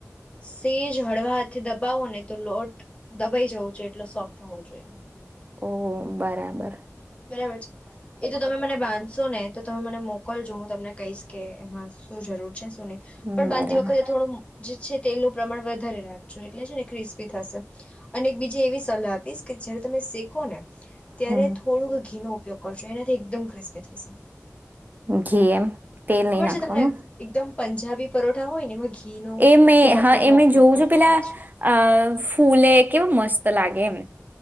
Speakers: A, on the left; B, on the right.
A: સેજ હળવા હાથે દબાવો ને, તો લોટ દબાઈ જવું જોઈએ, એટલે સોફ્ટ હોવો જોઈએ.
B: ઓ, બરાબર. !
A: બરાબર છે. એ તો, તમે મને બાંધશો ને, તો તમે મને મો કોલ કરજો હું તમને કહીશ કે એમાં શું જરૂર <unintelligible> ન
B: હમ
A: પણ
B: બરાબર
A: બાંધી વખતે થોડું જે છે. તેલનું પ્રમાણ વધારે રાખજો, એટલે છે ને ક્રિસ્પી થશે. અને એક બીજી એવી સલાહ આપીશ. કે જયારે તમે શેકો ને ત્યારે
B: હમ. !
A: થોડુંક ઘી નો ઉપયોગ કરશો એનાથી એકદમ ક્રિસ્પી થશે.
B: ઘી એમ? તેલ નઈ
A: ખબર
B: નાખવાનું.
A: છે તમને એકદમ પંજાબી પરોઠા હોય ને એમાં ઘીનો
B: એ મે
A: કે બટરનો
B: હા! એમે
A: ઉપયોગ
B: જોઉં
A: કરતા
B: છું. પેલા
A: હોય છે
B: અ ફૂલે કેવું મસ્ત લાગે. એમ.